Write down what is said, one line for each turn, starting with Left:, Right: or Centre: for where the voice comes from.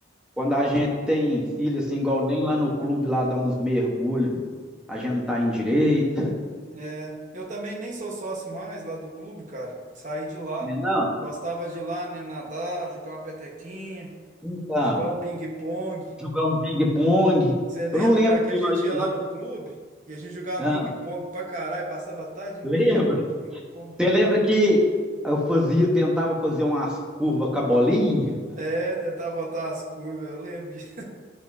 Centre: quando a gente tem filho, assim, igual nem lá no clube, lá dá uns mergulhos, a gente não tá em direito,
Right: É, eu também nem sou sócio mais lá do clube, cara. Saí de lá.
Centre: né? Não?
Right: Gostava de ir lá, né? Nadar, jogar uma petequinha.
Centre: Então,
Right: Jogar um ping-pong.
Centre: jogar um ping-pong.
Right: Você lembra,
Centre: Eu não lembro
Right: cara, que
Centre: se
Right: a gente
Centre: nós,
Right: ia
Centre: nós-
Right: lá no clube e a gente jogava
Centre: ah,
Right: ping-pong pra caralho, passava a tarde inteira
Centre: lembra?
Right: lá jogando ping-pong?
Centre: Você lembra que eu fazia, tentava fazer umas curvas com a bolinha?
Right: É, tentava botar as curvas, eu lembro de. <laughs>